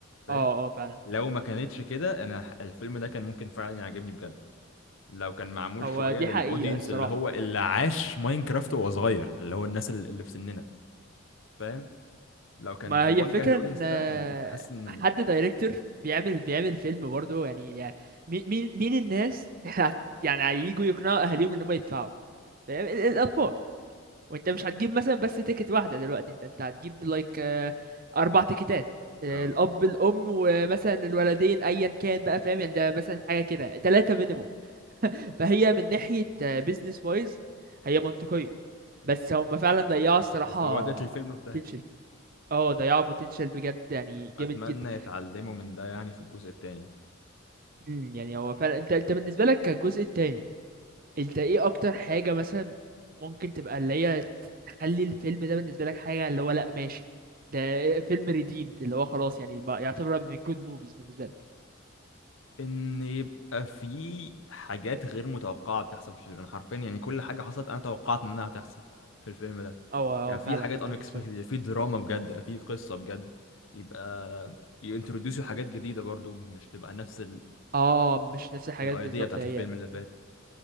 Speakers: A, on the left (about 70°); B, on the right (about 45°).
A: فاهم
B: اه اه فعلا
A: لو ما كانتش كده أنا ح- الفيلم ده كان ممكن فعلا يعجبني بجد لو كان معمول
B: هو
A: شوية
B: دي
A: للأودينس
B: حقيقة الصراحة
A: اللي هو اللي عاش ماينكرافت وهو صغير اللي هو الناس ال- اللي في سننا فاهم لو كان
B: ما
A: موجه
B: هي فكرة
A: للأودينس
B: ان آه،
A: ده يعني كنت حاسس إن
B: حد دايركتور بيعمل بيعمل فيلم برضه يعني مين مين مين الناس <laughs> يعني هيجوا يقنعوا اهاليهم ان هم يدفعوا فاهم؟ ال- الاطفال وانت مش هتجيب مثلا بس تيكت واحدة دلوقتي انت انت هتجيب لايك اربع تيكتات آه،
A: اه
B: الاب الام ومثلا الولدين ايا كان بقى فاهم يعني ده مثلا حاجة كده ثلاثة مينيموم فهي من ناحية بيزنس وايز هي منطقية بس هم فعلا ضيعوا الصراحة
A: بس ودت الفيلم في
B: بوتنشال
A: ده
B: اه ضيعوا بوتنشال بجد يعني
A: اتمنى
B: جامد جدا
A: يتعلموا من ده يعني في الجزء التاني
B: مم، يعني هو فعلا انت انت بالنسبة لك كالجزء التاني انت ايه اكتر حاجة مثلا ممكن تبقى اللي هي تخلي الفيلم ده بالنسبة لك حاجة اللي هو لأ ماشي ده فيلم ريديمد اللي هو خلاص يعني بقى يعتبر من جود موفيز بالنسبة لك
A: ان يبقى في حاجات غير متوقعه بتحصل في الفيلم أنا حرفيا يعني كل حاجه حصلت انا توقعت انها هتحصل في الفيلم ده
B: اه
A: يعني
B: اه فعلا
A: في حاجات
B: منطقي
A: unexpected
B: الصراحة
A: يعني في دراما بجد يعني في قصه بجد يبقى ينتروديوسوا حاجات جديده برضو مش تبقى نفس
B: اه مش نفس الحاجات
A: الايديا
B: بالظبط
A: بتاعت
B: هي
A: الفيلم اللي فات
B: مم،